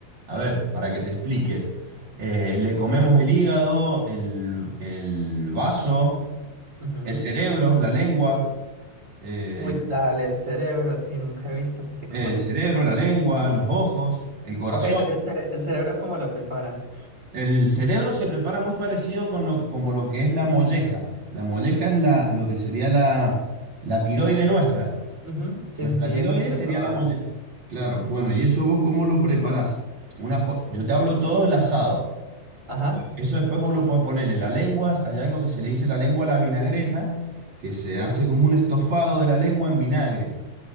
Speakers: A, on the right; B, on the right.
A: a ver, para que te explique, eh, le comemos el hígado, el, el vaso,
B: Ujú.
A: el cerebro, la lengua, eh,
B: Uy, dale, el cerebro, sí, nunca he visto que se coman
A: el
B: el
A: cerebro,
B: cerebro.
A: la lengua, los ojos, el corazón.
B: Ok, lo- el, cere- el cerebro, ¿cómo lo preparan?
A: El cerebro se prepara muy parecido con lo, como lo que es la molleja. La molleja es la, lo que sería la, la tiroide nuestra.
B: Ujú, Sí,
A: Nuestra
B: sí, sí,
A: tiroides
B: eso sí lo
A: sería
B: probaron.
A: la mole. Claro, bueno, ¿y eso vos cómo lo preparás? Una fo- Yo te hablo todo del asado.
B: Ajá.
A: Eso después vos lo podés ponerle la lengua, hay algo que se le dice la lengua a la vinagreta, que se hace como un estofado de la lengua en vinagre